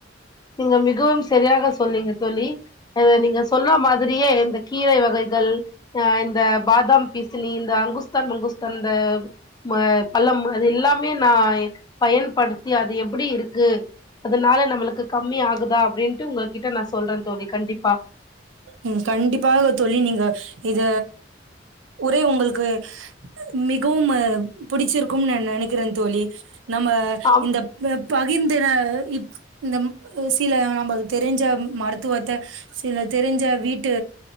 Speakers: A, on the left (about 20°); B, on the right (about 85°).
A: நீங்க மிகவும் சரியாக சொன்னிங்க தோழி அத நீங்க சொல்னா மாதிரியே இந்தக் கீரை வகைகள் அ இந்த பாதாம் பீசினி இந்த அங்குஸ்தான் மங்குஸ்தான் இந்த ம் பழ்ழம் அது எல்லாமே நா பயன்படுத்தி அது எப்டி இருக்கு அதுனால நம்மளுக்கு கம்மி ஆகுதா அப்டின்ட்டு உங்க கிட்ட நா சொல்றேந் தோழி கண்டிப்பா
B: ம் கண்டிப்பாக தோழி நீங்க இத உரை உங்கள்க்கு மிகவும் புடிச்சிருக்கும்னு நா நெனைக்கிறே தோழி நம்ம
A: ஆமா
B: இந்த ப பகிர்ந்தின இப் இந்த சில நம்மள் தெரிஞ்ச மருத்துவத்த சில தெரிஞ்ச வீட்டு